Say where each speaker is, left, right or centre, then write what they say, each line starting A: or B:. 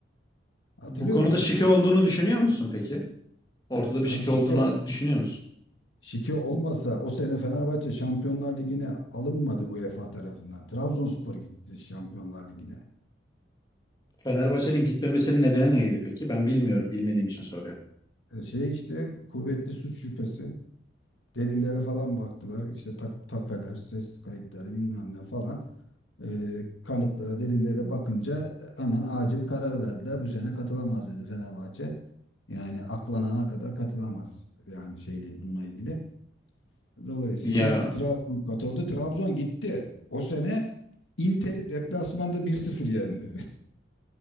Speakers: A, on the left; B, on the left.
A: Hatırlıyor
B: Bu konuda
A: musun?
B: şike olduğunu düşünüyor musun peki? Ortada bir
A: Abi
B: şike
A: şike
B: olduğunu düşünüyor musun?
A: şike olmasa o sene Fenerbahçe Şampiyonlar Ligi'ne alınmadı UEFA tarafından. Trabzonspor gitti Şampiyonlar Ligi'ne.
B: Fenerbahçe'nin gitmemesinin nedeni neydi peki? Ben bilmiyorum, bilmediğim için soruyorum.
A: E, Şey işte kuvvetli suç şüphesi. Delillere falan baktılar. İşte tak, tapeler, ses kayıtları bilmem ne falan. Ee, kanıtlara, delillere bakınca e, hemen acil karar verdiler. Bu sene katılamaz dedi Fenerbahçe. Yani aklanana kadar katılamaz. Yani şeyle bununla ilgili. Dolayısıyla
B: Ya
A: Trabzon katıldı. Trabzon gitti. O sene Inter'i deplasmanda bir sıfır yendi.